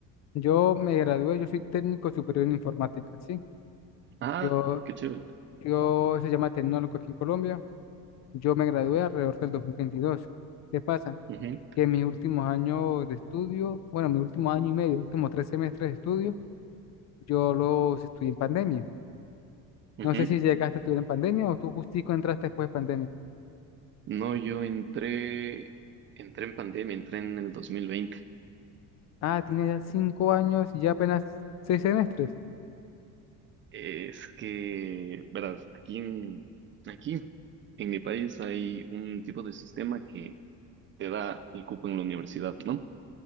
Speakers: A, on the left; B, on the right.
A: Yo me gradué, yo soy técnico superior en informática, ¿sí?
B: Ah,
A: Yo
B: qué chévere.
A: Yo se llama tecnólogo aquí en Colombia. Yo me gradué alrededor del 2022. ¿Qué pasa?
B: Ujú,
A: Que en mis últimos años de estudio, bueno, mi último año y medio, últimos tres semestres de estudio, yo los estudié en pandemia.
B: ujú.
A: No sé si llegaste a estudiar en pandemia o tú justico entraste después de pandemia.
B: No, yo entré, entré en pandemia, entré en el 2020.
A: Ah, tienes ya cinco años y ya apenas seis semestres.
B: Es que, verás, aquí en, aquí en mi país hay un tipo de sistema que te da el cupo en la universidad, ¿no?